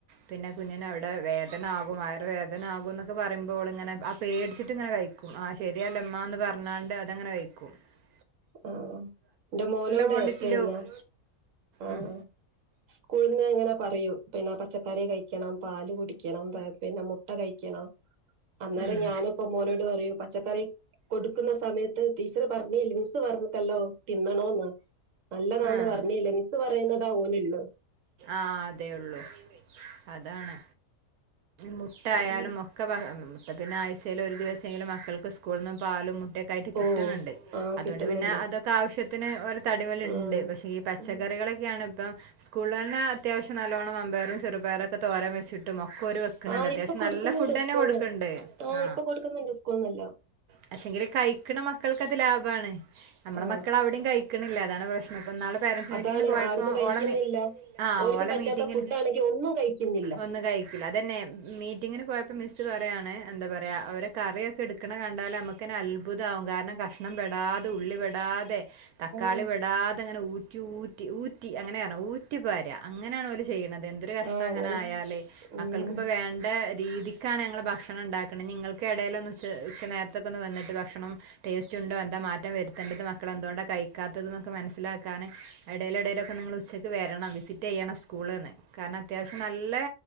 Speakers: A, on the right; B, on the right.
A: പിന്നെ കുഞ്ഞിനവിടെ വേതനാകും വയറ് വേദന ആകും എന്നൊക്കെ പറയുമ്പോ ഓള് ഇങ്ങനെ ആഹ് പേടിച്ച് <unintelligible> ഇങ്ങനെ കഴിക്കും വാശി ശെരിയല്ലുമ്മാന്ന് പറഞ്ഞാണ്ട് അതങ്ങനെ കഴി <unintelligible>
B: ആഹ് ഇന്റെ മോനോട്
A: ക്വാണ്ടിറ്റിയില്
B: പിന്നെ
A: ഓക്ക്
B: ആഹ്
A: ഉം
B: സ്കൂളിന്ന് ഇങ്ങനെ പറയും <unintelligible> പച്ച കറി കഴിക്കണം പാല് കുടിക്കണം <unintelligible> പിന്നെ മുട്ട കഴിക്കണം അന്നേരം
A: ഉം
B: ഞാനിപ്പം മോനോട് പറയും പച്ച കൊടുക്കുന്ന സമയത്ത് ടീ ടീച്ചർ പറഞ്ഞ <unintelligible> പറഞ്ഞിട്ടല്ലോ തിന്നണോ എന്ന നല്ലതാന്ന്
A: ആഹ്
B: പറഞ്ഞില്ലെ മിസ്സ് പറയുന്നുന്നതാ ഒലെള്ളൂ
A: ആഹ് അതെ ഒള്ളൂ അതാണ് മുട്ട
B: ഉം
A: ആയാലും ഒക്കെ പട്ട പിന്നെ ആഴ്ചേല് ഒരു ദിവസെങ്കിലും മക്കൾക്ക് സ്കൂള്ന്ന് പാലും മു ക്കായിട്ട് കിട്ട്ണ്‌ണ്ട്
B: ഓ ആ
A: അതോണ്ട്
B: കിട്ടുന്നുണ്ട്
A: പിന്നെ അതൊക്കെ ആവശ്യ <inaudible> ത്തിന് ഓലെ തടിമല്ണ്ട്
B: ഉം
A: പക്ഷെ ഈ പച്ചക്കറികളെക്കെയാണ്
B: ഉം
A: ഇപ്പ സ്കൂ സ്കൂള ന്ന അത്യാവശ്യം നല്ലോണം മമ്പേയ്റ് ചെറുപയറൊക്കെ തോരൻ വെച്ചിട്ട് ട്ടും ഒക്കെ ഒര് വെക്ക്ൺ
B: ആ
A: ഇണ്ട് അത്യാവശ്യം
B: ഇപ്പൊ കൊടുക്കുന്നുണ്ട്
A: നല്ല ഫുഡെന്നെ
B: സ്കൂളിന്ന്
A: കൊട്ക്ക്ണ്ട് ആ
B: ഇപ്പൊ കൊടുക്കുന്നുണ്ട് സ്കൂളിന്നെല്ലാം
A: പക്ഷെങ്കിൽ കഴ്ക്ക്ണ മക്കൾക്ക് അത് ലാഭാണ് നമ്മളെമക്കൾ
B: ആ
A: അവ്ടിം കഴി ക്ക്ണില്ല അതാണ് പ്രശ് പ്പം ഇന്നാൾ പാരന്റ്സ്
B: അതാണ്
A: മീറ്റിംഗിന് പോയപ്പോ
B: ആടുന്ന് കഴിക്കുന്നില്ല
A: ഓളെ നി ആ
B: ഓര്ക്ക്
A: ഓലെ
B: പറ്റാത്ത
A: മീറ്റിങ്ങിന്
B: ഫുഡ് ആണെങ്കിൽ ഒന്നും കഴിക്കുന്നില്ല
A: ഒന്നും കഴിക്ക്ല്ല അതെന്നെ മീറ്റിങ്ങിന് പോയപ്പോ മിസ്സ് പറിയാണ് എന്താ പറ അവര് കറിയൊക്കെ ഇട്ക്ക്ണെ കണ്ടാൽ അമ്മെക്കെന്നെ അത്ഭുതാവും കാരണം കഷണം പെടാതെ ഉള്ളി വെ ടാതെ തക്കാളി
B: ആ
A: പെടാതെ ഇങ്ങനെ ഊ ഊറ്റി ഊറ്റി ഊറ്റി അങ്ങനെ പർണെ ഊ റ്റി പാരാ അങ്ങനെയാൺ ഓൽ ചെയ്യ്ണെത് എന്തൊരു കഷ്ടാ
B: ആഹ് അങ്ങനെ
A: ഇങ്ങനെ ആയാൽ
B: ഉം
A: മക്കൾക്കിപ്പോ വേണ്ടെ രീതിക്കാണ് ഞങ്ങൾ ഭക്ഷണം ഇണ്ടാക്ക്ണെ ഇഞ് ഇങ്ങൾക്ക് എടെൽ ഒന്ന്‌ ഉച്ച ഉച്ചനേര്ത്തൊക്കെ ഒന്ന് വന്നിട്ട് ഭക്ഷണം ടേസ്റ്റ് ഉണ്ടോ എന്താ മാറ്റം വരുത്തേണ്ടത് മക്കൾ എന്തു കൊണ്ടാ കഴിക്കാത്തത് ഇന്നൊക്കെ മനസ്സിലാക്കാന് എടെൽ എടെലൊക്കെ ഒന്ന് ഇങ്ങൾ ഉച്ചക്ക് വെര് വെരണം വിസിറ്റ് ചെയ്യണം സ്കൂൾന്ന് കാരണം അത്യാവശ്യം നല്ല